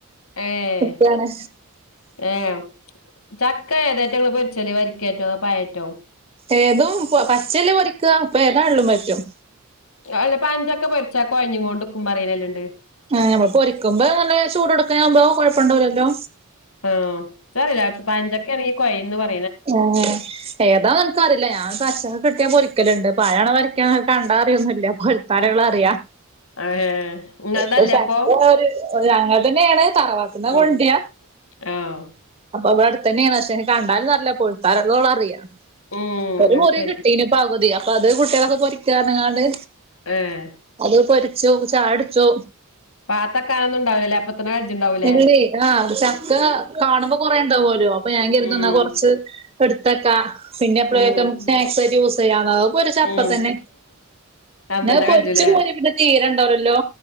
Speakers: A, on the left; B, on the right.
A: ഏഹ്
B: നിക്കാണ്
A: ഏഹ് ചക്കേയേതാറ്റങ്ങള് പൊരിച്ചല് വരിക്കേറ്റോ അതോ പയേറ്റോ?
B: ഏതും പച്ചേല് പൊരിക്ക അപ്പൊ ഏതാളും പറ്റും
A: അല്ല പയഞ്ചക്ക പൊര്ച്ച കോയ്ഞ്ഞ് ങ്ങോണ്ട്ക്കും പറയല്ണ്ട്
B: ആഹ് മ്മള് പൊരിക്കുമ്പോ നല്ല ചൂടോട്ക്കേനാകുമ്പോ കൊഴപ്പം ണ്ടവുലല്ലോ
A: ഏഹ് ച്ചറില പയഞ്ചക്കേണേങ്കി കൊയിംപറി
B: ഏഹ് ഏതാന്ക്ക് അറില്ല ഞാചക്കക്കോ കിട്ടിയാ പൊരിക്കല്ണ്ട് പഴാണോ വരിക്ക്യാണോ കണ്ടാ അറിയൊന്നുല്ല പോ തരളറിയാ
A: ഏഹ് ഇങ്ങൾതല്ലേ
B: <unintelligible>
A: അപ്പൊ
B: ഒരാങ്ങൻതന്നെണ് തറവാട്ട്ന്ന്
A: ഉം
B: കൊണ്ട്ര
A: ആഹ്
B: അപ്പൊവ്ടടുത്തേന്നെണ് പക്ഷെ കണ്ടാല് നല്ല പൊഴത്താലുള്ളു അറിയ
A: ഉം
B: ഒരു
A: അത്
B: മുറി
A: ശരി
B: കിട്ടീന് പകുതി അപ്പൊ അത് കുട്ടൃാളൊക്കെ പൊരിക്കാറിഞ്ങ്ങാണ്ട്
A: ഏഹ്
B: അത് പൊരിച്ചു ചായടുച്ചു
A: പാത്തക്കാനൊന്നും ഉണ്ടാവൂലല്ലേ അപ്പത്തന്നെ കജ്ജ്ണ്ടാവൂലേ
B: ഇല്ലേ ആഹ് ചക്ക കാണുമ്പോ കൊറേണ്ടാവോലോ പ്പൊ ഞാൻ കരുതു
A: ഉം
B: ന്നാ കോറച്ച് എടുത്തക്ക പിന്നെ എപ്പളെക്കെ
A: ഉം
B: സ്നാക്സ് ആയിട്ട് യൂസയ്യാം അഹ് പോരിച്ചാപ്പോ
A: ഉം
B: തന്നെ
A: അന്നന്നെ
B: പിന്നെ അത് പൊരിച്ച്
A: കജുല്ലേ
B: കോരി പിന്നെ തീരണ്ടാവ് ലല്ലോ